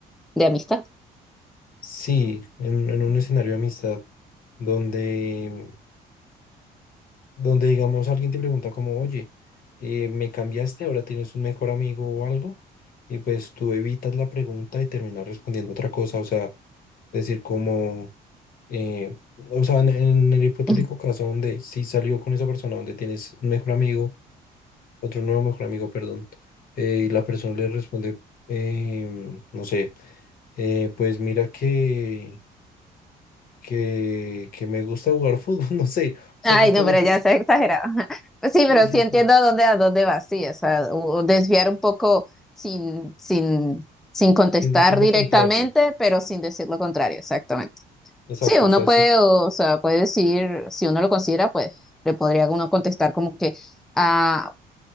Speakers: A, in the centre; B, on the left (about 60°).
A: de amistad.
B: Sí, en, en un escenario de amistad donde, donde digamos alguien te pregunta como, oye, eh, ¿me cambiaste? ¿Ahora tienes un mejor amigo o algo? Y pues tú evitas la pregunta y terminas respondiendo otra cosa, o sea, decir como, eh, o sea, en, en el hipotético
A: <laughs>
B: caso donde sí salió con esa persona, donde tienes un mejor amigo, otro nuevo mejor amigo, perdón, eh, y la persona le responde, em, no sé, eh, pues mira que... que, que me gusta jugar fútbol, <laughs> no sé, o sea,
A: Ay,
B: co- como
A: no, pero
B: que,
A: ya se exagerado. <laughs> Pues sí, pero
B: sí, sí,
A: sí entiendo
B: sí,
A: a dónde, a dónde vas, sí, o sea, o desviar un poco sin, sin, sin contestar
B: sin decir lo
A: directamente,
B: contrario,
A: pero sin decir lo contrario, exactamente.
B: exacto,
A: Sí, uno
B: o sea,
A: puede,
B: sí,
A: o sea, puede decir, si uno lo considera, pues le podría uno contestar como que, ah,